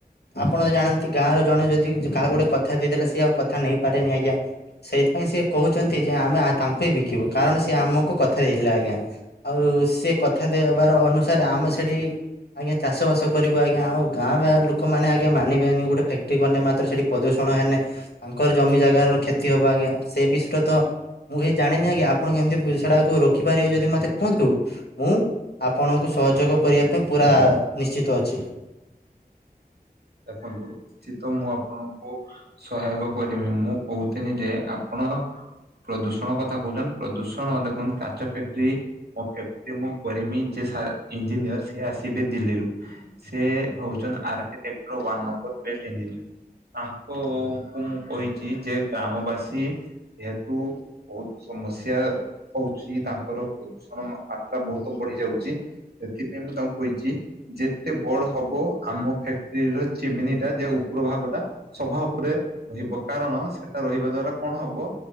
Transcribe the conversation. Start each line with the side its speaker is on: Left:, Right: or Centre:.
Left: ଆପଣ ତ ଜାଣନ୍ତି ଗାଁ ର ଜଣେ ଯଦି କାହାକୁ ଗୋଟେ କଥା ଦେଇଦେଲା ସେ ଆଉ କଥା ନେଇପାରେନି ଆଜ୍ଞା ସେଇଥିପାଇଁ ସେଇ କହୁଛନ୍ତି ଯେ ଆମେ ଆ ତାଙ୍କୁ ହିଁ ବିକିବୁ କାରଣ ସେ ଆମକୁ କଥା ଦେଇଥିଲା ଆଜ୍ଞା ଆଉ ସେ କଥା ଦେବାର ଅନୁସାରେ ଆମ ସେଠି ଆଜ୍ଞା ଚାଷ ବାସ କରିବ ଆଜ୍ଞା ଆଉ ଗାଁ ବ ଲୋକମାନେ ଆଜ୍ଞା ମାନିବେନି ଗୋଟେ ଫାକ୍ଟ୍ରି କେ ମାତ୍ର ସେଠି ପ୍ରଦୂଷଣ ହେଲେ ତାଙ୍କର ଜମି ଜାଗାର କ୍ଷତି ହବ ଆଜ୍ଞା ସେ ବିଷୟରେ ତ ମୁଁ କିହି ଜାଣିନି ଆଜ୍ଞା ଆପଣ କେମତି ସେଟାକୁ ରଖିପାରିବେ ଯଦି ମୋତେ କୁହନ୍ତୁ। <inaudible> ମୁଁ ଆପଣଙ୍କୁ ସହଯୋଗ କରିବା ପାଇଁ ପୁରା ନିଶ୍ଚିତ ଅଛି।
Right: ଦେଖନ୍ତୁ ସିତ ମୁଁ ଆପଣଙ୍କୁ ସହାୟକ କରମି ମୁଁ କହୁଥିନି ଯେ ଆପଣ ପ୍ରଦୂଷଣ କଥା କହୁଛନ୍ତି ପ୍ରଦୂଷଣ ଦେଖନ୍ତୁ କାଚ ଫ୍ୟାଟ୍ରି ମୋ ଫ୍ୟାକ୍ଟ୍ରି ମୁଁ କରିମି ସେ ସାର୍ ଇଞ୍ଜିନିୟର ସେ ଆସିବେ ଦିଲ୍ଲୀରୁ ସେ ହଉଛନ୍ତି ଆର୍କଟେଟ ୱ ନମ୍ବର ବେଷ୍ଟ୍‌‌ ଇଞ୍ଜିନିୟର ତାଙ୍କୁ ମୁଁ କହିଛି ଯେ ଗ୍ରାମବାସୀ ଯେହେତୁ ବହୁତ ସମସ୍ୟ ହଉଛି ତାଙ୍କର ପ୍ରଦୂଷଣ ମାତ୍ରା ବହୁତ ବଢି ଯାଉଛି। ସେଥିପାଇଁ ମୁଁ ତାଙ୍କୁ କହିଛି ଯେତେ ବଡ ହବ ଆମ ଫକ୍ ସ୍ତ୍ରୀ ର ଚିମିନି ଟା ଯେ ଉପର ଭାଗ ଟା ସଭା ଉପରେ ରହିବ କାରଣ ସେଟା ରହିବା ଦ୍ଵାରା କଣ ହବ